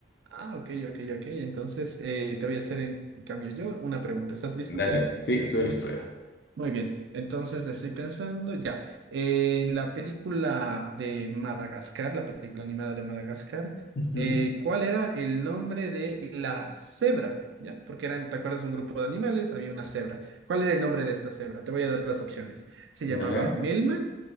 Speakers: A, on the right; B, on the left.
A: Ah, ok, ok, ok. Entonces, eh, te voy a hacer en cambio yo una pregunta. ¿Estás listo?
B: Dale, sí, soy listo ya.
A: Muy bien. Entonces, estoy pensando ya. Eh, en la película de Madagascar, la película animada de Madagascar,
B: Ujú.
A: eh, ¿cuál era el nombre de la cebra? ¿Ya? Porque eran, ¿te acuerdas? Un grupo de animales, había una cebra. ¿Cuál era el nombre de esta cebra? Te voy a dar las opciones. ¿Se
B: Dale.
A: llamaba Melman?